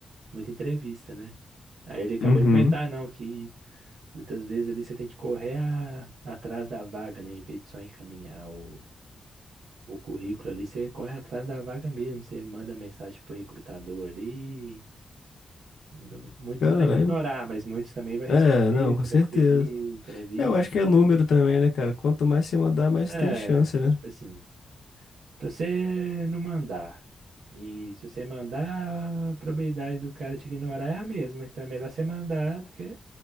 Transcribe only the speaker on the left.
Uhum.
Caralho.
É, não,
com certeza.
Eu acho que é número também, né, cara? Quanto mais você mandar, mais
tem chance, né?